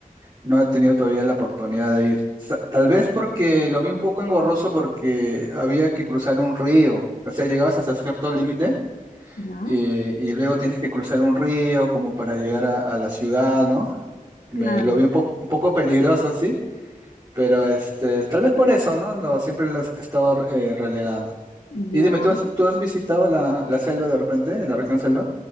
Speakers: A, on the right (about 35°); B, on the left (about 70°).
A: no he tenido todavía la oportunidad de ir. Sa- Tal vez porque lo vi un poco engorroso porque había que cruzar un río, o sea, llegabas hasta cierto límite
B: Ya,
A: eh, y luego tienes que cruzar un río como para llegar a, a la ciudad, ¿no? Me,
B: claro,
A: lo vi un poco, un poco peligroso, así pero este, tal vez por eso, ¿no? Lo, siempre los he estado eh, relegando.
B: ya.
A: Y dime, ¿tú has, tú has visitado la, la selva de repente, la región selva?